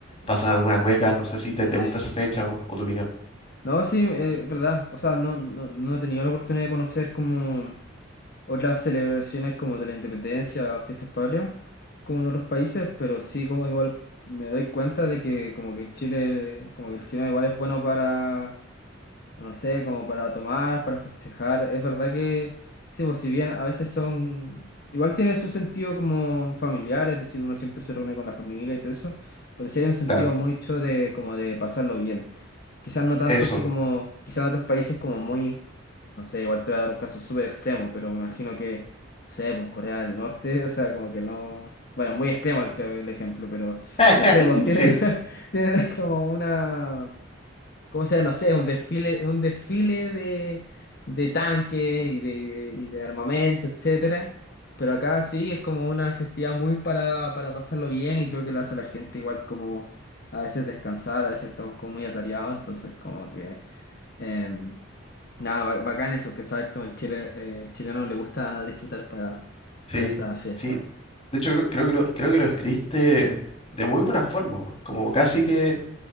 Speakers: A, on the left; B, on the left.
A: va a sonar alguna cueca, no sé si te,
B: Sí.
A: te gusta esa fecha o, o tu opinión.
B: No, sí, eh, es verdad. O sea, no, no, no he tenido la oportunidad de conocer como otras celebraciones como de la independencia, fiestas patrias, como en otros países, pero sí como igual me doy cuenta de que como que en Chile, como que el chileno igual es bueno para, no sé, como para tomar, para festejar. Es verdad que, sí, pues si bien a veces son, igual tiene su sentido como familiar, es decir, uno siempre se reúne con la familia y todo eso, pero sí hay un sentido
A: Claro,
B: mucho de como de pasarlo bien. Quizás no tanto
A: eso.
B: así como, quizás en otros países como muy, no sé, igual te voy a dar un caso súper extremo, pero me imagino que, no sé, pues Corea del Norte, <laughs> o sea, como que no, bueno, muy extremo creo que el ejemplo, pero
A: <laughs>
B: no sé, pues tienen,
A: Sí,
B: <laughs> tienen como una, como sea, no sé, un desfile, un desfile de, de tanques y de, y de armamento, etcétera. Pero acá sí es como una festividad muy para, para pasarlo bien y creo que lo hace la gente igual como a veces descansar, a veces estamos como muy atareados, entonces como que eh, nada, ba- bacán eso, que saber que el chile, eh, el chileno le gusta disfrutar para,
A: Sí,
B: para esa fiesta.
A: sí. De hecho, creo, creo que lo, creo que lo escribiste de muy buena forma, weón. como casi que